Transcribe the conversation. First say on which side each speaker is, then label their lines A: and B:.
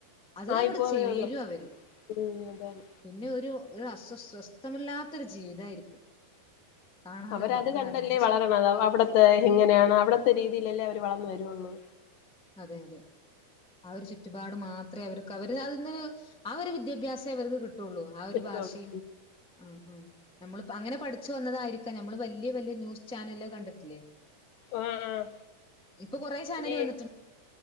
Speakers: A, in the centre; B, on the left.
A: അതിലങ്ങോട്ട്
B: ആയിപ്പോവേ
A: ചേരും
B: ഉള്ളൂ
A: അവര്
B: ഉം അതാണ്
A: പിന്നെ ഒരു ഒരു അസ്വസ്വസ്ഥമില്ലാത്തരു ജീവിതായിരിക്കും കാണാലോ
B: അവരത്
A: മക്കൾ
B: കണ്ടല്ലേ
A: അങ്ങനത്തെ
B: വളരണത് അവടെ ത്തേ എങ്ങനെയാണ് അവിടത്തെ രീതിയിലല്ലേ അവര് വളർന്നു വരൂഒള്ളൂ
A: അതെ അതെ ആ ഒരു ചുറ്റുപാട് മാത്രേ അവർ കവര് അതിന് ആ ഒരു വിദ്യാഭ്യാസം ഇവർക്ക് കി ട്ടൊള്ളൂ ആ ഒരു
B: എടുത്തോളൂ
A: ഭാഷയും ആ ഉം നമ്മളിപ്പ അങ്ങനെ പഠിച്ചു വന്നതായിരിക്കാം നമ്മള് വല്ല്യ വല്ല്യ ന്യൂസ് ചാനല് കണ്ടിട്ടില്ലേ
B: ആഹ് ആഹ്
A: ഇപ്പൊ കൊറേ ചാനല്
B: ഈ
A: വന്നി